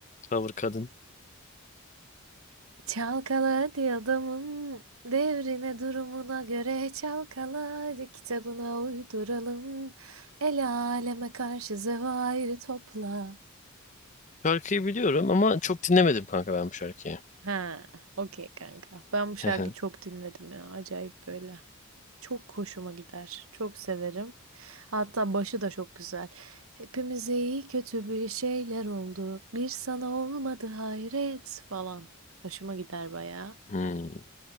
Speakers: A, on the left; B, on the right.
A: Cover kadın.
B: Çalkala hadi adamın devrine durumuna göre çalkala hadi kitabına uyduralım. El aleme karşı zevairi topla.
A: Şarkıyı biliyorum ama çok dinlemedim kanka ben bu şarkıyı.
B: Ha, okey kanka. Ben bu şarkıyı
A: <laughs>
B: çok dinledim ya. Acayip böyle. Çok hoşuma gider. Çok severim. Hatta başı da çok güzel. Hepimize iyi kötü bir şeyler oldu. Bir sana olmadı hayret falan. Hoşuma gider bayağı.
A: hmm,